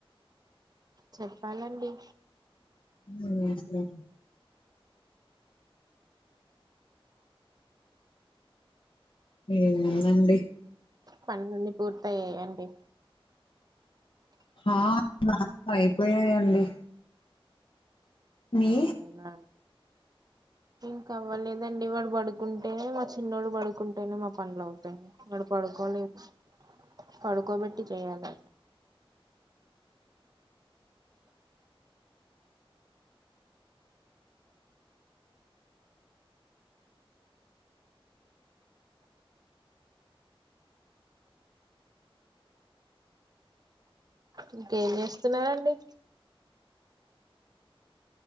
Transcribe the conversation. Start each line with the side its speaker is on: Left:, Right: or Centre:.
Right: చెప్పాలండి
Left: హ్మ్ హ్మ్ ఏముందండి
Right: పన్లన్ని పూర్తయ్యాయ అండి
Left: ఆ నా అయిపోయాయండి మీ
Right: అవునా ఇంక అవ్వలేదండి వాడు పడుకుంటే మా చిన్నోడు పడుకుంటేనే మా పనులు అవుతాయ్ వాడు పడుకోలేదు పడుకోబెట్టి చేయాలె ఇంకేం చేస్తున్నారండి